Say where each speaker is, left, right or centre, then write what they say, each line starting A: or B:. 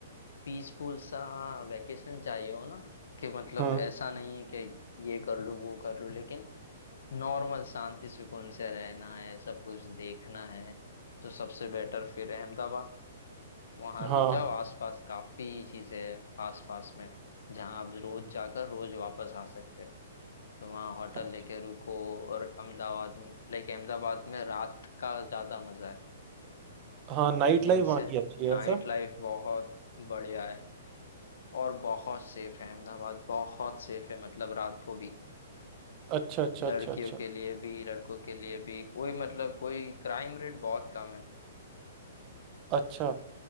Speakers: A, on the left; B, on the right.
A: पीसफुल सा वैकेशन चाहिए हो ना कि मतलब
B: हाँ
A: ऐसा नहीं है कि ये कर लूँ वो कर लूँ लेकिन नॉर्मल शांति सुकून से रहना है सब कुछ देखना है तो सबसे बेटर फिर अहमदाबाद वहाँ
B: हाँ
A: रुक जाओ आसपास काफी चीजें हैं पास पास में जहाँ आप रोज जाकर रोज वापस आ सकते हो तो वहाँ होटल
B: हाँ
A: लेके रुको और अहमदाबाद में लाइक अहमदाबाद में रात का ज्यादा मजा है
B: हाँ
A: मतलब
B: नाइट
A: दिन
B: लाइफ वहाँ
A: से
B: की अच्छी है
A: नाइट
B: ऐसा
A: लाइफ बहुत बढ़िया है और बहुत सेफ है अहमदाबाद बहुत सेफ है मतलब रात को भी
B: अच्छा अच्छा
A: लड़कियों
B: अच्छा अच्छा
A: के लिए भी लड़कों के लिए भी कोई मतलब कोई क्राइम रेट बहुत कम है
B: अच्छा